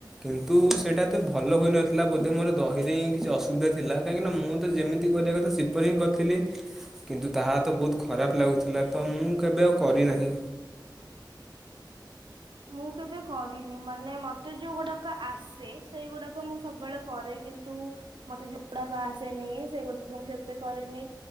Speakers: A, in the centre; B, on the right.
A: କିନ୍ତୁ ସେଇଟା ଏତେ ଭଲ ହୋଇନଥିଲା ବୋଧେ ମୋର ଦହିରେ ହିଁ କିଛି ଅସୁବିଧା ଥିଲା କାହିଁକି ନା ମୁଁ ତ ଯେମିତି କଥା ସପନ ହିଁ କରିଥିଲି କିନ୍ତୁ ତାହା ତ ବହୁତ ଖରାପ ଲାଗୁଥିଲା ତ ମୁଁ କେବେ ଆଉ କରି ନାହିଁ
B: ମୁଁ କେବେ କରିନି ମାନେ ମତେ ଯୋଉଗୁଡାକ ଆସେ ସେଇଗୁଡାକ ମୁଁ ସବୁବେଳେ କରେ କିନ୍ତୁ ମତେ ଯୋଉଗୁଡାକ ଆସେନି ସେଗୁଡା ମୁଁ କେବେ କରେନି